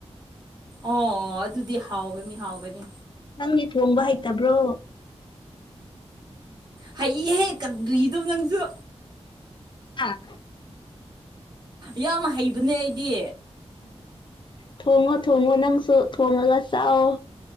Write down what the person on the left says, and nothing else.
ꯅꯪꯗꯤ ꯊꯣꯡꯕ ꯍꯩꯇꯕ꯭ꯔꯣ
ꯑꯥ
ꯊꯣꯡꯉꯣ-ꯊꯣꯡꯉꯣ ꯅꯪꯁꯨ ꯊꯣꯉꯒ ꯆꯥꯋꯣ